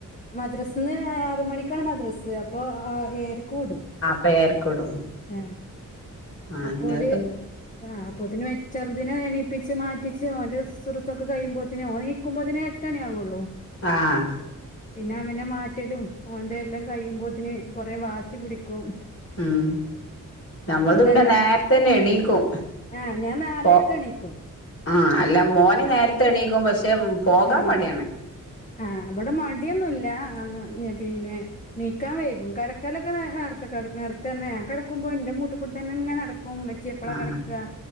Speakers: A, on the left; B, on the left.
A: മദ്രാസിന്ന് ആറ് മണിക്കാണ് മദ്രാസ് അപ്പൊ ഏഴരകൂവിടും
B: പേ ഏയരക്ക് വിടും
A: ഹ
B: ആഹ്
A: അപ്പോല്
B: ഇന്റെതൊക്കെ
A: ആ് അപ്പൊത്തിന് മെ ചെറുതിനിനെ എണീപ്പിച്ച് മാറ്റിച്ചോന്റെറെ സുറുസൊക്കെ കഴിയുമ്പോത്തിനോ നീ കുമ്പതിനന് എട്ടണി ആാവുള്ളൂ <unintelligible>
B: ആഹ്
A: പിന്നവനെ മാറ്റലും ഓന്റെ എല്ലം കയ്യുമ്പോത്തിന് കൊറേ വാസി പിടിക്കും
B: മ് ഞമ്മൾത്
A: അതല്ല
B: പിന്നെ നേരത്തന്നെ എണീക്കും
A: ആഹ് ഞാൻ നാലരക്ക്
B: ഒ
A: എണീക്കും
B: ആഹ് അല്ല മോന് നേരത്തെണീക്കും പക്ഷെ പോകാൻ
A: ആഹ്
B: മടിയാണ്
A: ആഹ് വടെ മടിയൊന്നുല്ല പിന്നെ ണീക്കാൻ വൈകും കെടക്കാലൊക്കെ നേ നേർത്തെ കെട നേർത്തെന്നെ ഞാൻ കെടക്കുമ്പോ ന്റെ മൂട്ട് കൂടെ തെന്നെ ഇങ്ങനെ നടക്കും. ച്ചി എപ്പളാ
B: ആഹ്
A: കെടക്ക